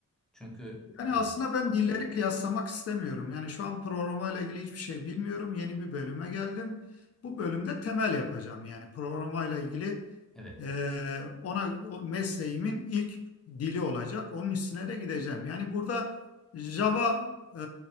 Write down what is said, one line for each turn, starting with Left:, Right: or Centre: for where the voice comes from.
Centre: Çünkü
Left: Yani
Centre: e,
Left: aslında ben dilleri kıyaslamak istemiyorum. Yani şu an programla ilgili hiçbir şey bilmiyorum. Yeni bir bölüme geldim. Bu bölümde temel yapacağım. Yani programla ilgili
Centre: evet.
Left: e, ona o mesleğimin ilk dili olacak. Onun üstüne de gideceğim. Yani burada Java e,